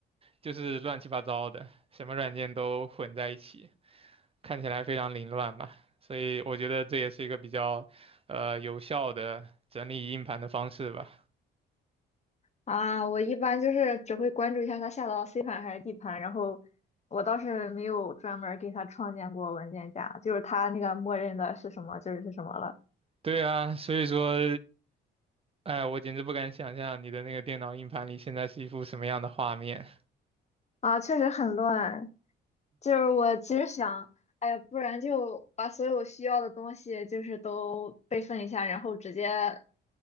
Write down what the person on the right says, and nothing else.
就是乱七八糟的，什么软件都混在一起，看起来非常凌乱吧。所以我觉得这也是一个比较，呃，有效的整理硬盘的方式吧。
对啊，所以说，哎，我简直不敢想象你的那个电脑硬盘里现在是一幅什么样的画面。